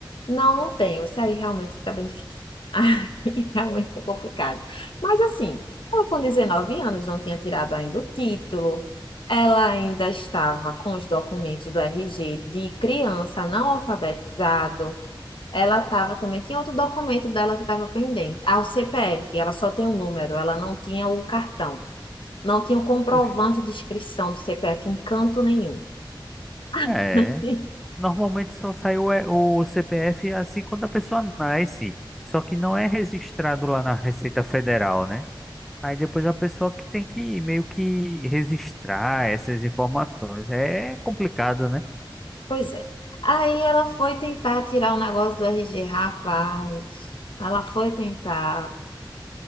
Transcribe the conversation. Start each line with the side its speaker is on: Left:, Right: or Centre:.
Left: Não, não tenho. Isso aí realmente fica bem difícil. <laughs> Aí Realmente é complicado. Mas assim, ela com 19 anos não tinha tirado ainda o título, ela ainda estava com os documentos do RG de criança não alfabetizado. Ela estava também, tinha outro documento dela que estava pendente. Ah, o CPF, ela só tem o número, ela não tinha o cartão. Não tinha o comprovante
Centre: Poxa,
Left: de inscrição do CPF em canto nenhum.
Centre: É,
Left: <laughs>
Centre: normalmente só sai o, E- o CPF assim quando a pessoa nasce, só que não é registrado lá na Receita Federal, né? Aí depois a pessoa que tem que meio que registrar essas informações. É complicado, né?
Left: Pois é. Aí ela foi tentar tirar o negócio do RG, rapaz. Ela foi tentar.